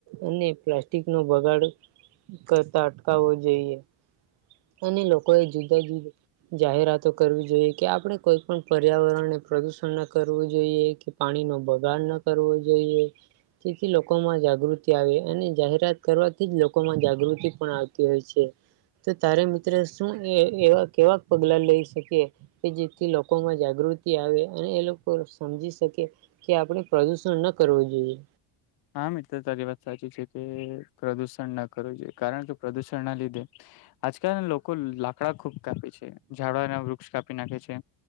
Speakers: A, on the right (about 55°); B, on the left (about 55°).
A: અને પ્લાસ્ટિક નો બગાડ કરતા અટકાવવો જોઈએ. અને લોકો એ જુદા જુદા જાહેરાતો કરવી જોઈએ, કે આપણે કોઈ પણ પર્યાવરણને પ્રદુષણ ના કરવું જોઈએ, કે પાણી નો બગાડ ન કરવો જોઈએ. તેથી લોકોમાં જાગૃતિ આવે અને જાહેરાત કરવાથી જ લોકોમાં જાગૃતિ પણ આવતી હોય છે તો તારે મિત્ર શું એવા કેવા પગલા લઈ શકીએ કે જેથી લોકોમાં જાગૃતિ આવે અને એ લોકો સમજી શકે કે આપણે પ્રદુષણ ન કરવું જોઈએ
B: હા મિત્ર તારી વાત સાચી છે કે પ્રદુષણ ના કરવું જોઈએ કારણ કે પ્રદુષણ ના લીધે આજકાલ લોકો લાકડા ખુબ કાપે છે ઝાડા ના વૃક્ષ કાપી નાખે છે